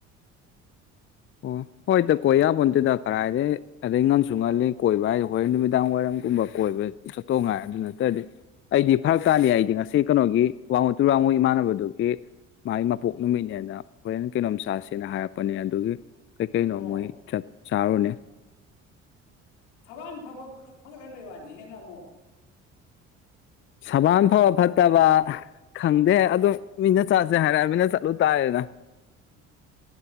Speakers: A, on the left; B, on the left.
A: ꯑꯣ ꯍꯣꯏꯗ ꯀꯣꯏ ꯌꯥꯕ ꯅꯠꯇꯦꯗ ꯀꯗꯥꯥꯏꯗꯩ ꯑꯗꯩ ꯉꯪꯁꯨ ꯉꯜꯂꯤ ꯀꯣꯏꯕ ꯍꯥꯏꯗꯤ ꯍꯣꯔꯦꯟ ꯅꯨꯃꯤꯗꯥꯡ ꯋꯥꯏꯔꯝꯒꯨꯝꯕ ꯀꯣꯏꯕ ꯆꯠꯇꯧ ꯉꯥꯏ ꯑꯗꯨ ꯅꯠꯇ꯭ꯔꯗꯤ ꯑꯩꯗꯤ ꯐꯔꯛ ꯇꯥꯅꯤ ꯑꯩꯗꯤ ꯉꯁꯤ ꯀꯩꯅꯣꯒꯤ ꯋꯥꯡꯉꯨ ꯇꯨꯔ ꯋꯥꯡꯉꯨ ꯏꯃꯥꯟꯅꯕꯗꯨꯒꯤ ꯃꯥꯒꯤ ꯃꯄꯣꯛ ꯅꯨꯃꯤꯠꯅꯦꯅ ꯍꯣꯔꯦꯟ ꯀꯩꯅꯣꯝ ꯆꯥꯁꯦꯅ ꯍꯥꯏꯔꯛꯄꯅꯦ ꯑꯗꯨꯒꯤ ꯀꯩꯀꯩꯅꯣ
B: ꯑꯣ
A: ꯃꯣꯏ ꯆꯠ ꯆꯥꯔꯣꯅꯦ
B: ꯊꯕꯥꯟ ꯐꯕ ꯐꯒꯠꯍꯟꯕꯩ ꯋꯥꯅꯤ ꯍꯦꯟꯅ ꯑꯃꯨ
A: ꯁꯕꯥꯟ ꯐꯕ ꯐꯠꯇꯕ ꯈꯪꯗꯦ ꯑꯗꯨ ꯃꯤꯅ ꯆꯠꯁꯦ ꯍꯥꯏꯔꯑ ꯃꯤꯅ ꯆꯠꯂꯨ ꯇꯥꯏꯌꯦꯦꯗ
B: ꯎ